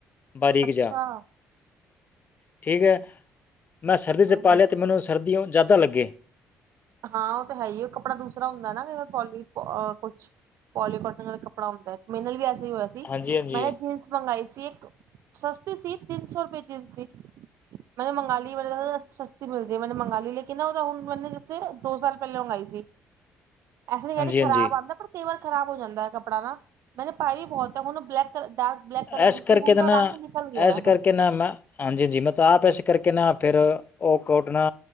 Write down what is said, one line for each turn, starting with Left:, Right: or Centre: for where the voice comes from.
Left: ਬਾਰੀਕ
Right: ਅੱਛਾ
Left: ਜਾ ਠੀਕ ਹੈ ਮੈਂ ਸਰਦੀ ਚ
Right: ਹਾਂ
Left: ਪਾ ਲਿਆ ਤੇ ਮੈਨੂੰ ਸਰਦੀਓ ਜ਼ਿਆਦਾ ਲੱਗੇ
Right: ਹਾਂ ਉਹ ਤਾਂ ਹੈ ਹੀ ਕੱਪੜਾ ਦੂਸਰਾ ਹੁੰਦਾ ਨਾ ਕਈ ਵਾਰ ਪੋਲੀ ਕੁਛ ਪੋਲੀਕੋਟਨ ਦਾ ਕੱੜਾ ਹੁੰਦਾ ਮੇਰੇ ਨਾਲ ਵੀ ਐਸੇ ਹੀ ਹੋਇਆ
Left: ਹਾਂਜੀ ਹਾਂਜੀ
Right: ਮੈਂ ਨਾ ਜੀਨਸ ਮੰਗਾਈ ਸੀ ਇੱਕ ਸਸਤੀ ਸੀ ਤਿੰਨ ਸੌ ਰੁਪਏ ਜੀਨਸ ਸੀ ਮੈਨੂੰ ਮੰਗਾਲੀ <unintelligible> ਸਸਤੀ ਮਿਲਦੀ ਹੈ ਮੈਨੂੰ ਮੰਗਾਲੀ ਲੇਕਿਨਾ ਉਹਦਾ ਹੁਣ ਮੈਨੇ ਦੋ ਸਾਲ ਪਹਿਲਾਂ ਮੰਗਾਈ ਸੀ ਐਸੇ ਨੀ ਕਹਿ
Left: ਹਾਂਜੀ
Right: ਰੀ
Left: ਹਾਂਜੀ
Right: ਖ਼ਰਾਬ ਆਉਂਦਾ ਪਰ ਤੇਵਰ ਖ਼ਰਾਬ ਹੋ ਜਾਂਦਾ ਹੈ ਕੱਪੜਾ ਨਾ ਮੈਨੇ ਪਾਈ ਵੀ ਬਹੁਤ ਉਹਨੂੰ black colour dark black colour
Left: ਐਸ
Right: ਦੀ ਸੀ
Left: ਕਰਕੇ
Right: ਹੁਣ
Left: ਤਾਂ ਨਾ
Right: ਰੰਗ ਨਿਕਲ ਗਿਆ
Left: ਐਸ ਕਰਕੇ
Right: ਹੈ।
Left: ਨਾ ਮੈਂ ਹਾਂਜੀ ਹਾਂਜੀ ਮੈਂ ਤਾਂ ਆਪ ਇਸ ਕਰਕੇ ਨਾ ਫਿਰ ਉਹ ਕੋਟ ਨਾ